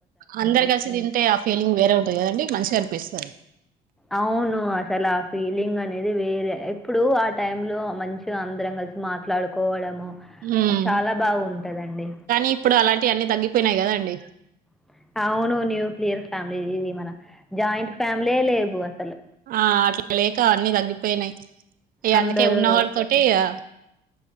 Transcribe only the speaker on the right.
అందరు కలిసి తింటే ఆ ఫీలింగ్ వేరే ఉంటది కదండి మంచ్ గ అనిపిస్తది
మ్మ్
కానీ ఇప్పుడు అలాంటి అన్ని తగ్గిపోయినాయి కదండీ
ఆ అట్లా లేక అన్ని దగ్గిపెయినాయ్ ఇగ
అందుకే ఉన్నవాల్ తోటె ఈ ఆ